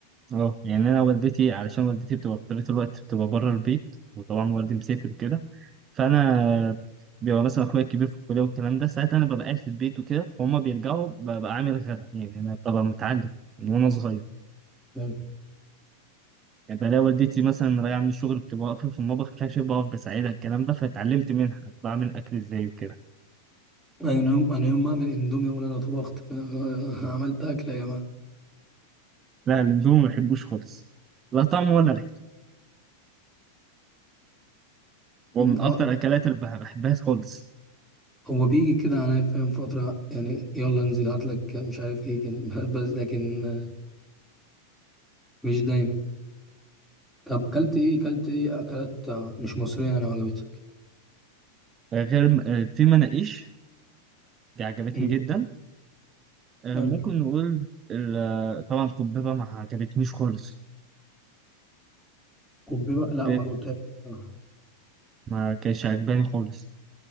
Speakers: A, on the right; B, in the centre.
A: اه يعني انا والدتي علشان والدتي بتبقى في طول الوقت بتبقى بره البيت وطبعا والدي مسافر وكده فانا بيبقى مثلا اخويا الكبير في الكليه والكلام ده ساعتها انا ببقى قاعد في البيت وكده فهم بيرجعوا ببقى عامل غدا يعني انا ببقى متعلم من وانا صغير
B: حلو
A: يعني بلاقي والدتي مثلا راجعه من الشغل بتبقى واقفه في المطبخ كاشف بقف بساعدها الكلام ده فاتعلمت منها بعمل اكل ازاي وكده
B: انا يوم انا يوم ما اعمل اندومي اقول انا طبخت ف- <laughs> عملت اكله يا جماعه
A: لا الاندومي ما بحبوش خالص لا طعم ولا ريحته هو من
B: اه
A: اكتر الاكلات اللي بح- بحبها خالص
B: هو بيجي كده عليا فاهم فتره يعني يلا انزل هات لك مش عارف ايه كده <laughs> بس لكن آه، مش دايما طب كلت ايه كلت ايه اكلات آه، مش مصريه يعني وعجبتك
A: آه، غير آه، في مناقيش دي عجبتني
B: مم.
A: جدا آه،
B: حلو
A: ممكن نقول ال- آه، طبعا قبيبه ما عجبتنيش خالص
B: كوبي بقى لا
A: بيت
B: ما دقتهاش بصراحة.
A: ما كانش عجباني خالص